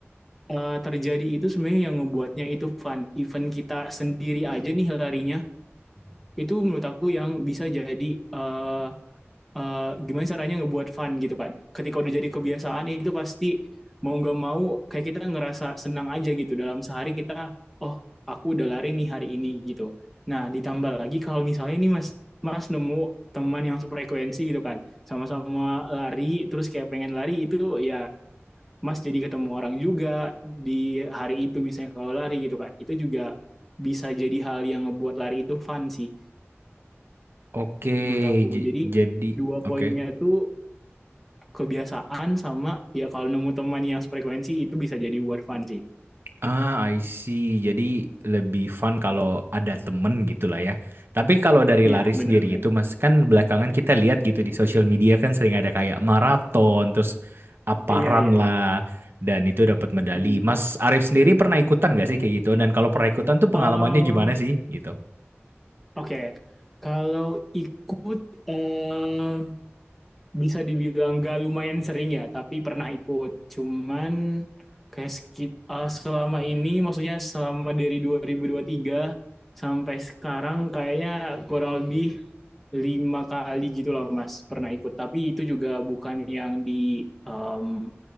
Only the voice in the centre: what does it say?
eh, terjadi itu sebenarnya yang ngebuatnya itu fun. Even kita sendiri aja nih larinya itu menurut aku yang bisa jadi eh, eh, gimana caranya ngebuat fun gitu kan. Ketika udah jadi kebiasaan itu pasti mau nggak mau kayak kita ngerasa senang aja gitu dalam sehari kita oh aku udah lari nih hari ini gitu. Nah ditambah lagi kalau misalnya nih mas mas nemu teman yang sefrekuensi gitu kan sama-sama lari terus kayak pengen lari itu ya mas jadi ketemu orang juga di hari itu misalnya kalau lari gitu kan itu juga bisa jadi hal yang ngebuat lari itu fun sih
menurut aku
jadi
dua
poinnya itu kebiasaan sama ya kalau nemu teman yang frekuensi itu bisa jadi buat fun sih.
Iya,
benar-benar.
Iya,
iya,
iya.
mm
Um,
Oke, kalau ikut eh, bisa dibilang gak lumayan sering ya, tapi pernah ikut. Cuman kayak sekit- eh, selama ini, maksudnya selama dari dua ribu dua ribu tiga sampai sekarang kayaknya kurang lebih lima kali gitu loh Mas pernah ikut. Tapi itu juga bukan yang di em,